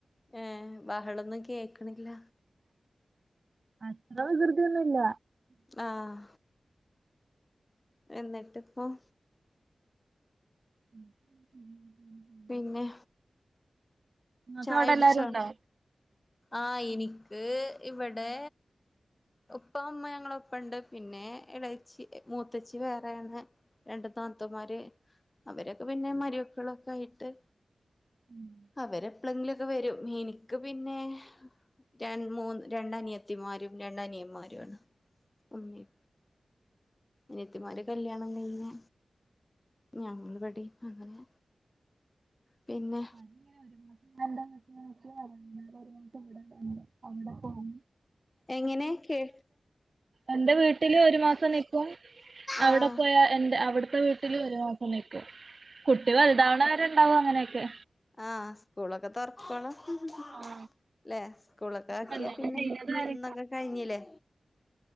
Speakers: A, on the left (about 25°); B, on the right (about 55°).
A: ഏഹ്.. ബഹളൊന്നുംകേക്ക്ണില്ല.
B: അത്ര വികൃർതീയൊന്നുല്ല.
A: ആഹ്. എന്നിട്ട്പ്പം
B: <inaudible>
A: പിന്നേ.
B: നിങ്ങക്ക്
A: ചായുടിച്ചോ
B: അവിടെ എല്ലാരും ഉണ്ടോ
A: ആഹ് എനിക്ക് ഇവടെ. ഉപ്പ ഒമ്മ ഞങ്ങളൊപ്പണ്ട് പിന്നെ എളേച്ചി മൂത്തച്ചി വേറെയാണ്. രണ്ടു താത്തമാര് അവരൊക്കെ പിന്നെ മരൊക്കളൊക്കായിട്ട്.
B: <inaudible>
A: അവരെ പ്ലങ്കിലൊക്കെ വരും എനിക്ക് പിന്നെ ര മൂന്ന് രണ്ടനിയത്തിമാരും രണ്ടനിയമാരുംഇപ ഇമ്മിം. നിയത്തിമാര് കല്യാണം കയിഞ്ഞ് ഞങ്ങളവ്‌ടെ അങ്ങനെ. പിന്നെ
B: ഒരു മാസം രണ്ട് മാസം നോക്കിയ അന്നേരം ഒരു മാസം ഇവിടെ അവിടെയും പോവും
A: എങ്ങനെ കേട്ട്
B: എന്റെ വീട്ടില് ഒരു മാസം നിക്കും അവിടെ
A: ആഹ്
B: പോയാ ന്റെ അവിടുത്തെ വീ ട്ടില് ഒരു മാസം നിക്കും കുട്ടിള് വൽ താവണവരെണ്ടാവും അങ്ങനെയൊക്കെ.
A: ആഹഹ് സ്കൂളൊക്കെ തുറക്കൊളം. ഹ് ഹ്
B: ആ
A: ല്ലെ സ്കൂളൊക്കെ
B: ഇപ്പൊ
A: ആക്കിയാ
B: കല്യാണം
A: പിന്നെ
B: കഴിഞ്ഞത്
A: വിരുന്നൊക്കെ
B: വരെ
A: കയിഞ്ഞിലെ.